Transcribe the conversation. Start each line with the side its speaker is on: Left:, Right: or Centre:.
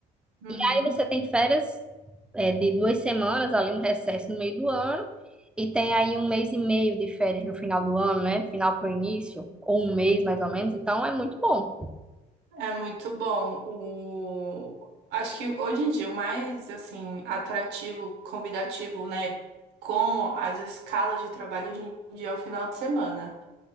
Right: Uhum.
Centre: Aí você tem férias é, de duas semanas, ali um recesso no meio do ano, e tem aí um mês e meio de férias no final do ano, né? Final pro início, ou um mês mais ou menos, então é muito bom.
Right: É muito bom. O... Acho que hoje em dia o mais assim atrativo, convidativo, né, com as escalas de trabalho hoje em dia é o final de semana.